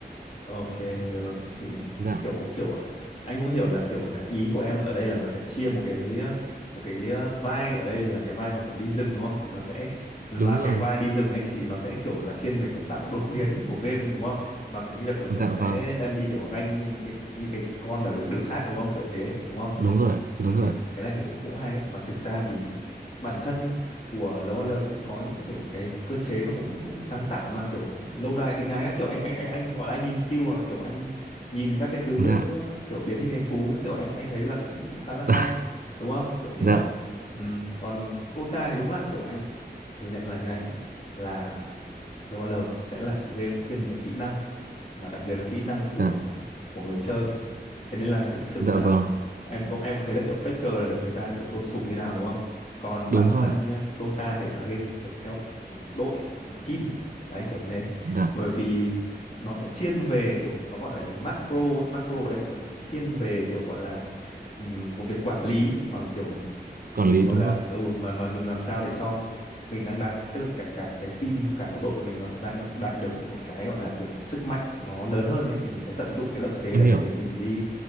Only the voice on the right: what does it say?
Dạ
đúng rồi
dạ
vâng
đúng rồi ạ đúng
rồi ạ
dạ
<laughs>
dạ
dạ
dạ
vâng
đúng
rồi
ạ
dạ
quản
lý
đúng
rồi
em
hiểu